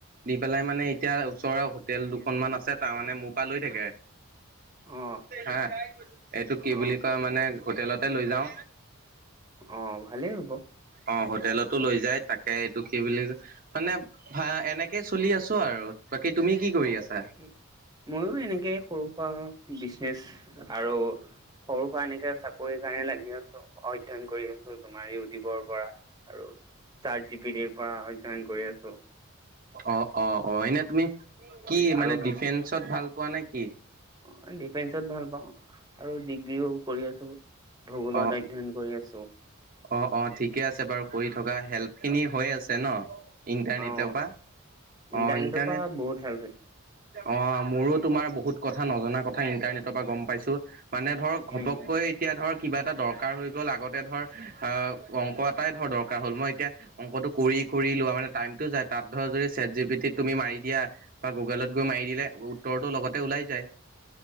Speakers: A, on the right (about 40°); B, on the right (about 20°).
A: দি পেলাই মানে এতিয়া ওচৰৰ হোটেল দুখনমান আছে তাৰ মানে মোৰ পৰা লৈ থাকে।
B: অ',
A: হে, এইটো কি
B: অ',
A: বুলি কয় মানে হোটেলতে লৈ যাওঁ।
B: অ' ভালেই হ'ব।
A: অ' হোটেলত টো লৈ যায় তাকে এইটো কি বুলি, মানে ভা এনেকে চলি আছোঁ আৰু। বাকি তুমি কি কৰি
B: অ',
A: আছা?
B: ময়ো এনেকে সৰু সুৰা বিজনেচ আৰু সৰু সুৰা এনেকে চাকৰিৰ কাৰণে লাগি আছোঁ, অধ্যয়ন কৰি আছোঁ তোমাৰ এই জীৱৰ পৰা আৰু চাৰ্ট জি পি টিৰ পৰা অধ্যয়ন কৰি আছোঁ।
A: অ', অ', অ' এনে তুমি কি
B: আৰু
A: মানে
B: পিছে
A: ডিফেন্সত ভাল পোৱা নে কি?
B: অ' ডিফেন্সত ভাল পাওঁ আৰু ডিগ্ৰীও কৰি আছোঁ। ভূগোলত
A: অ
B: অধ্যয়ন কৰি আছোঁ।
A: অ', অ' ঠিকে আছে বাৰু কৰি থকা, হেল্পখিনি হৈ আছে ন' ইণ্টাৰনেট
B: অ'
A: টৰপা
B: ইণ্টাৰনেটৰ
A: অ' ইণ্টাৰনেট
B: পৰা বহুত হেল্প হৈছে।
A: অ' মোৰো তোমাৰ বহুত কথা নজনা কথা ইণ্টাৰনেটৰ পৰা গম পাইছোঁ। মানে ধৰ ঘপককৈ
B: উম,
A: এতিয়া ধৰ কিবা এটা দৰকাৰ হৈ গ'ল আগতে ধৰ আহ, অংক এটাই ধৰ দৰকাৰ হ'ল মই এতিয়া অংকটো কৰি কৰি লোৱা মানে টাইমটো যায় তাত ধৰ যদি চেট জি পি টিত তুমি মাৰি দিয়া বা গুগলত গৈ মাৰি দিলে উত্তৰটো লগত তে ওলাই যায়